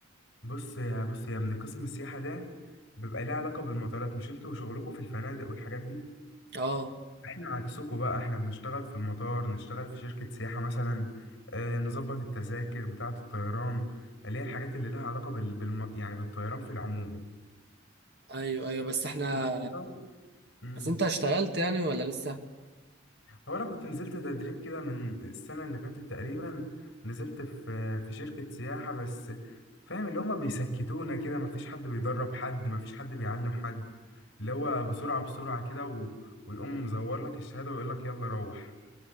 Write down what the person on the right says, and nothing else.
اه
ايوه ايوه بس احنا
بس انت اشتغلت يعني ولا لسه